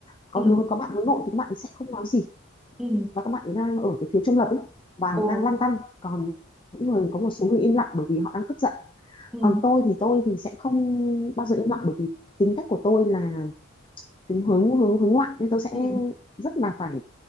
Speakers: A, on the left; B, in the centre.
A: có
B: ừ,
A: đứa có bạn hướng nội thì các bạn sẽ không nói gì
B: ừ,
A: và các bạn ấy đang ở cái phía trung lập ấy và
B: ừ,
A: đang lăn tăn còn những người có một số người im lặng bởi vì họ đang tức giận
B: ừ,
A: còn tôi thì tôi thì sẽ không bao giờ im lặng bởi vì tính cách của tôi là tính hướng hướng hướng ngoại nên tôi sẽ
B: ừ.
A: rất là phải